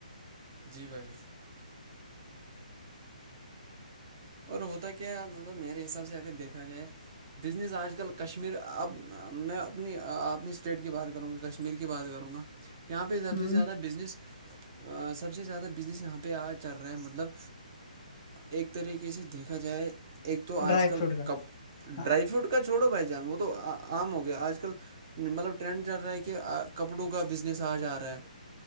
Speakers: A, on the right; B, on the left.
A: جی ب ج اور ہوتا کیا مطلب میرے حساب سے اگر دیکھا جائے بزنس آج کل کشمیر اپ میں اپنی اپنی اسٹیٹ کی بات کروں گا کشمیر کی بات کروں گا یہاں پہ سب
B: ہ
A: سے زیادہ بزنس سب سے زیادہ بزنس یہاں پہ آ چل رہا ہے مطلب ایک طریقے سے دیکھا جائے ایک تو آج
B: ڈرائی
A: کل
B: فروٹ کا
A: کپ
B: ہاں
A: ڈرائی فروٹ کا چھوڑو بھائی جان وہ تو عام ہو گیا آج کل مطلب ٹرینڈ چل رہا ہے کہ کپڑوں کا بزنس آ جا رہا ہے